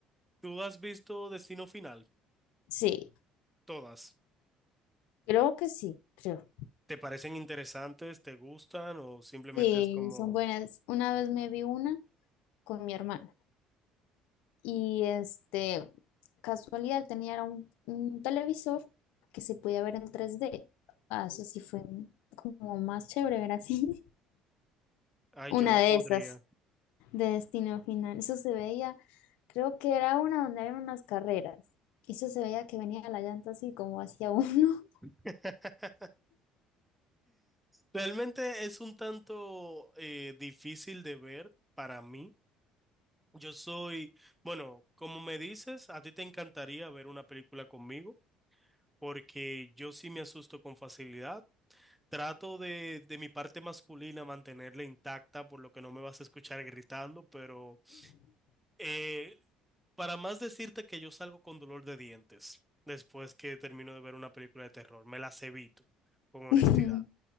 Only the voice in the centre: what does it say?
¿tú has visto Destino Final?
Todas.
¿Te parecen interesantes? ¿Te gustan? ¿O simplemente
es como...
Ay,
yo no
podría.
<laughs> Realmente es un tanto eh, difícil de ver para mí. Yo soy, bueno, como me dices, a ti te encantaría ver una película conmigo, porque yo sí me asusto con facilidad. Trato de, de mi parte masculina mantenerla intacta, por lo que no me vas a escuchar gritando, pero eh, para más decirte que yo salgo con dolor de dientes después que termino de ver una película de terror, me las evito, con honestidad.